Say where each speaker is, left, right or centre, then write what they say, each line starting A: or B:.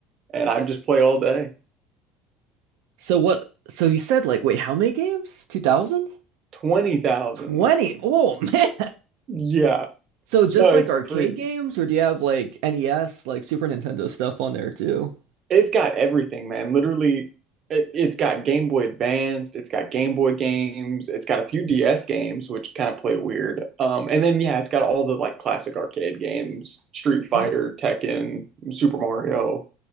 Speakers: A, on the right; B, on the right.
A: and I just play all day.
B: So what? So you said like, wait, how many games? 2000?
A: 20,000.
B: 20. Oh <laughs> man.
A: Yeah.
B: So just
A: No, it's
B: like arcade
A: crazy.
B: games, or do you have like NES, like Super Nintendo stuff on there too?
A: It's got everything, man. Literally, it, it's got Game Boy Advanced, it's got Game Boy games, it's got a few DS games, which kind of play weird. Um, and then yeah, it's got all the like classic arcade games, Street Fighter,
B: Yeah.
A: Tekken, Super Mario,